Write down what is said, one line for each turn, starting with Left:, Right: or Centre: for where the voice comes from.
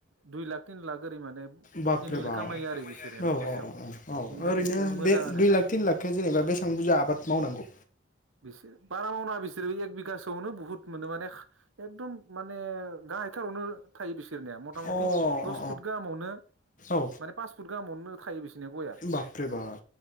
Right: दुइ लाख तिन लाख ओरै माने
Left: बापरे
Right: एनुवेल
Left: औ
Right: खामायो आरो बिसोरो न'खरसेयाव
Left: औ औ
Right: बेनिखायनो
Left: ओरैनो
Right: बिसोरो मोजां
Left: बे
Right: आरो
Left: दुइ लाख तिन लाखखो जेनेबा बेसेबां बुजा आबाद माव मावनांगौ
Right: बिसोर बारा मावनाङा बिसोरो एक बिगासोआवनो बुहुत मोनो माने एकदम माने गाहायथारावनो थायो बिसोरनिया मथा मथि
Left: अ
Right: दस
Left: अ
Right: फुट गाहामावनो
Left: औ
Right: माने पास फुत गाहामावनो थायो बिसनिया गया
Left: बापरे बाप